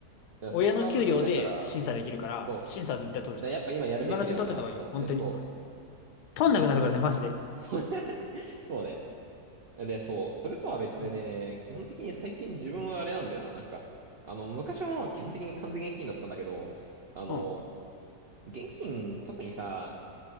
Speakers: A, on the right; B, on the left.
A: だからそこが無敵だから、
B: 親の給料で審査できるから、
A: そ
B: 審査は絶対取るじゃん。
A: う。だからやっぱ今やるべきだよなって思って、
B: 今のうちに取ってた方がいいよ、本当に。
A: そ
B: 取んなくなるからね、
A: う。で、
B: マジで。
A: それ <laughs> そうね。で、そう、それとは別でね、
B: うん。
A: 基本的に最近自分はあれなんだよな、なんか、あの、昔は基本的に完全現金だったんだけど、あの、
B: うん。
A: 現金、特にさ、